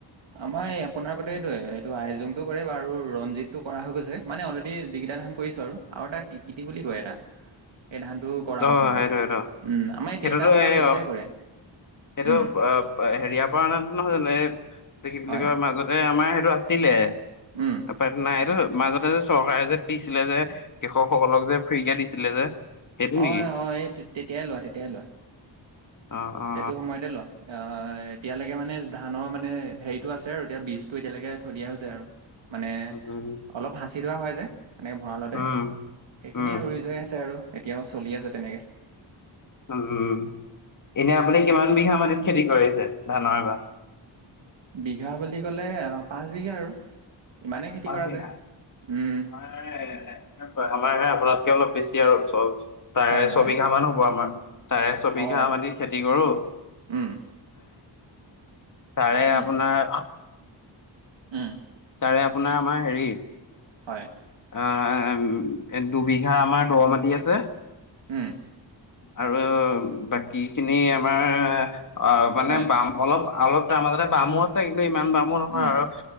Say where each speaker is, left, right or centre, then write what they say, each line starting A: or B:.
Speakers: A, on the right; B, on the left.
A: আমাৰ এই আপোনাৰ কতে এইটোয়ে এইটো আইজোংটো কৰে বাৰু ৰঞ্জিতটো কৰা হৈ গৈছে মানে অলৰেডী। তিতা ধান কৰিছো আৰু আৰু এটা টিকিটি বুলি কয় এটা।
B: <inaudible>
A: এই ধানটোও কৰা হৈছে
B: অ
A: মানে
B: সেইটোটো
A: উম আমাৰ এই
B: সেইটোতো
A: তিনিটা প্ৰকাৰ এইকেইটাই
B: অ
A: কৰে।
B: সেইটো
A: উম
B: আব আ হেৰিয়াৰ পৰা অনাটো নহয় জানো এই কি বুলি
A: হয়
B: কয় মাজতে আমাৰ সেইটো আছিলে
A: উম
B: তাৰপৰাটো নাই এইটো, মাজতে যে চৰকাৰে যে দিছিলে যে কৃষকসকলক যে ফ্ৰী কে দিছিলে যে। সেইটো নেকি
A: অ এই অ এই তেতিয়াই লোৱা তেতিয়াই লোৱা।
B: অ অ
A: সেইটো সময়তে লোৱা আহ এতিয়ালৈকে মানে ধা ধানৰ মানে হেৰিটো আছে আৰু এতিয়া বীজটো এতিয়ালৈকে থৈ দিয়া হৈছে আৰু মানে
B: অ উম
A: অলপ সাচ সিজোৱা হয় যে এনেকৈ ভঁৰালতে
B: উম
A: সেইখিনিয়ে
B: উম
A: উৰি যৈ আছে আৰু এতিয়াও চলি আছে তেনেকে।
B: উম এনে আপুনি কিমান বিঘা মাটিত খেতি কৰিছে। ধান নহয় এবা,
A: বিঘা বুলি ক'লে আহ পাঁচ বিঘা আৰু ইমানেই খেতি
B: পাছ
A: কৰা
B: বিঘা
A: যায় উম
B: মানে এ আমাৰ হে আপোনাৰ, কে অলপ বেছি আৰু ছ তাৰে
A: হয় হয়
B: ছবিঘা মান হ'ব আমাৰ। তাৰে চবিঘা
A: অ
B: মাটি খেতি কৰো
A: উম
B: তাৰে
A: উম
B: আপোনাৰ
A: উম।
B: তাৰে আপোনাৰ আমাৰ হেৰি
A: হয়।
B: আহ দুবিঘা আমাৰ দ মাটি আছে।
A: উম
B: আৰু বাকী খিনি আমাৰ অ মানে
A: হয়
B: বাম অলপ অলপ তাৰ মাজতে বামো আছে। কিন্তু ইমান বামো নহয়
A: উম
B: আৰু